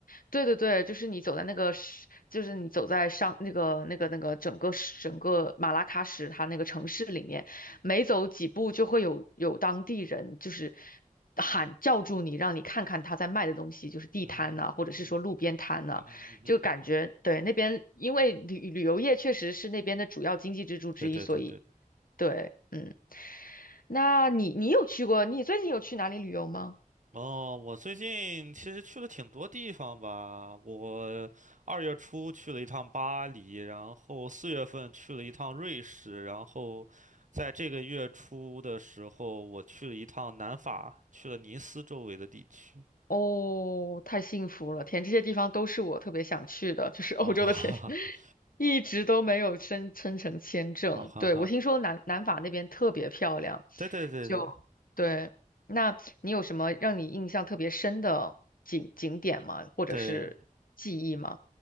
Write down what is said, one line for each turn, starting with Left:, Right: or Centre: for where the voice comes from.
Left: 对对对，就是你走在那个石就是你走在上那个那个那个整个石整个马拉喀什它那个城市里面，
Right: 嗯哼，
Left: 每走几步就会有有当地人就是喊叫住你，让你看看他在卖的东西，就是地摊呐、
Right: 嗯哼，
Left: 或者是说路边摊呐、
Right: 嗯哼，嗯哼，嗯哼，
Left: 就感觉对那边，因为旅旅游业确实是那边的主要经济支柱之一，
Right: 对对对对对。
Left: 所以对，嗯，那你你有去过，你最近有去哪里旅游吗？
Right: 哦，我最近其实去了挺多地方吧。我二月初去了一趟巴黎，然后四月份去了一趟瑞士，然后在这个月初的时候，我去了一趟南法，去了尼斯周围的地区。
Left: 哦，太幸福了！天，这些地方都是我特别想去的，就是欧洲的天，
Right: 啊哈哈哈，
Left: <laughs> 一直都没有申申成签证。
Right: 啊哈哈，
Left: 对，我听说南南法那边特别漂亮，
Right: 对对对对
Left: 就对。那你有什么让你印象特别深的景景点吗？或者是记忆吗？
Right: 对。